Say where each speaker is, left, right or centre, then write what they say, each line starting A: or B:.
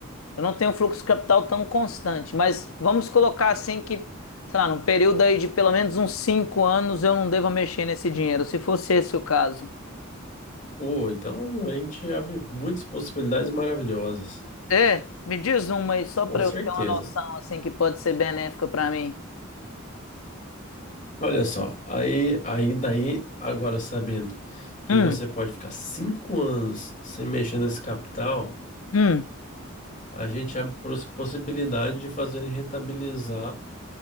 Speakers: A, on the left; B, on the left.
A: Eu não tenho um fluxo de capital tão constante, mas vamos colocar assim que, sei lá, num período aí de pelo menos uns cinco anos eu não devo mexer nesse dinheiro, se fosse esse o caso.
B: Oh, então a gente abre muitas possibilidades maravilhosas,
A: É, me diz uma aí, só
B: com
A: para
B: certeza.
A: eu ter uma noção, assim, que pode ser benéfica para mim.
B: Olha só, aí, aí daí, agora sabendo que
A: Hum,
B: você pode ficar cinco anos sem mexer nesse capital,
A: hum.
B: a gente abre pros- possibilidade de fazer ele rentabilizar